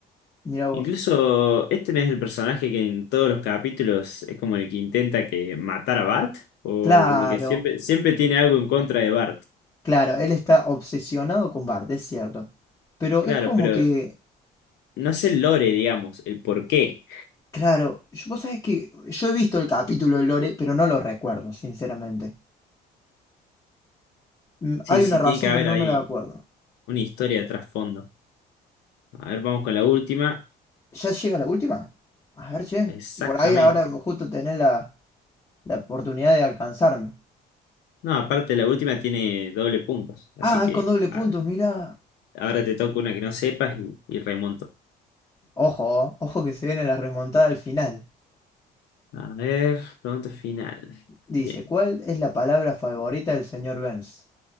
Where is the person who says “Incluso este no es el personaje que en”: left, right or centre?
Left